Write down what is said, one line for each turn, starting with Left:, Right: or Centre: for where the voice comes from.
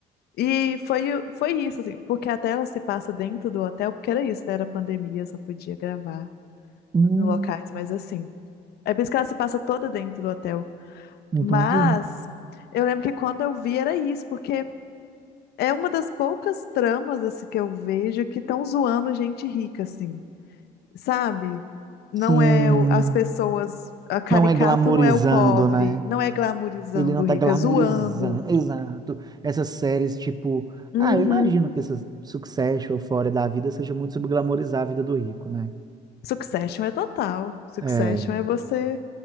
Left: E foi, o- foi isso, assim, porque até ela se passa dentro do hotel, porque era isso, né? Era pandemia, só podia gravar
Right: Hum,
Left: em locais, mas assim. É por isso que ela se passa toda dentro do hotel.
Right: entendi.
Left: Mas eu lembro que quando eu vi era isso, porque é uma das poucas tramas, assim, que eu vejo que estão zoando gente rica, assim. sabe? Não
Right: Sim.
Left: é o- as pessoas, a caricata
Right: Não é glamorizando,
Left: não é o pobre,
Right: né?
Left: não é glamourizando
Right: Ele não
Left: o
Right: tá
Left: rico,
Right: glamorizando.
Left: é zoando.
Right: Exato. Essas séries, tipo.
Left: Uhum.
Right: Ah, eu imagino que essas Succession, Euphoria da vida seja muito sobre glamorizar a vida do rico, né?
Left: Succession é total. Succession
Right: É.
Left: é você